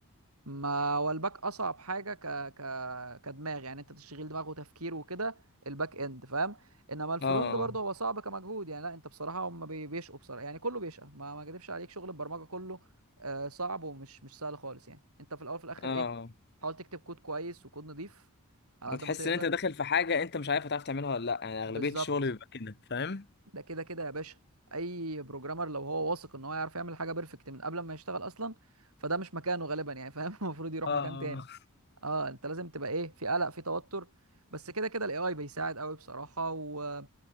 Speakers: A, on the right; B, on the left.
A: ما هو الباك اصعب حاجه ك ك كدماغ يعني انت تشغيل دماغ وتفكير وكده الباك اند فاهم انما الفرونت
B: اه
A: برضه هو صعب كمجهود يعني لا انت بصراحه هم بي- بيشقوا بصراحه يعني كله بيشقى ما ما اكدبش عليك شغل البرمجه كله آه، صعب ومش مش سهل خالص يعني انت في الاول في الاخر
B: اه
A: ايه
B: اه.
A: حاول تكتب كود كويس وكود نظيف على قد
B: وتحس
A: ما تقدر
B: ان انت داخل في حاجه انت مش عارف هتعرف تعملها ولا لا يعني
A: بالظبط
B: اغلبيه الشغل بيبقى كده فاهم
A: ده كده كده يا باشا اي بروجرامر لو هو واثق ان هو يعرف يعمل حاجه بيرفكت من قبل ما يشتغل اصلا فده مش مكانه غالبا يعني فاهم <laughs> المفروض يروح
B: اه
A: مكان تاني اه انت لازم تبقى ايه في قلق في توتر بس كده كده الاي اي بيساعد قوي بصراحه و...